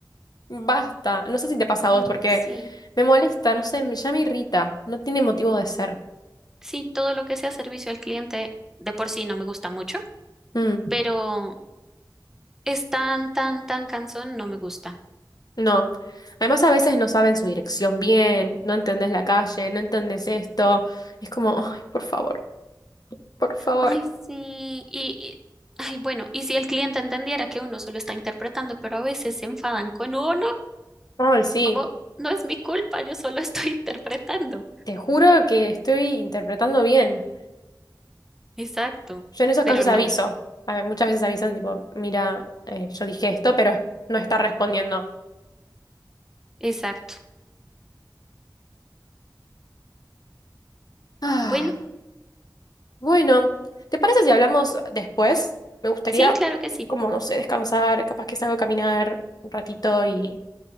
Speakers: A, on the left; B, in the centre.
A: basta. No sé si te pasa a
B: ay,
A: vos, porque
B: sí.
A: me molesta, no sé, me- ya me irrita. No tiene motivo de ser.
B: Sí, todo lo que sea servicio al cliente de por sí no me gusta mucho,
A: Mm.
B: pero es tan, tan, tan cansón, no me gusta.
A: No. Además, a veces no saben su dirección bien, no entendés la calle, no entendés esto. Es como, ay, por favor, por favor.
B: Ay, sí. Y, y- ay, bueno, y si el cliente entendiera que uno solo está interpretando, pero a veces se enfadan con uno,
A: Ay, sí,
B: es como, no es mi culpa, yo solo estoy <laughs> interpretando.
A: te juro que estoy interpretando bien.
B: Exacto.
A: Yo en esos
B: Pero
A: casos
B: no,
A: aviso. A ver, muchas veces aviso, tipo, mira, eh, yo dije esto, pero no está respondiendo.
B: exacto.
A: Ah,
B: Bueno,
A: bueno, ¿te parece si hablamos después? Me gustaría,
B: sí, claro que sí.
A: como, no sé, descansar, capaz que salgo a caminar un ratito y,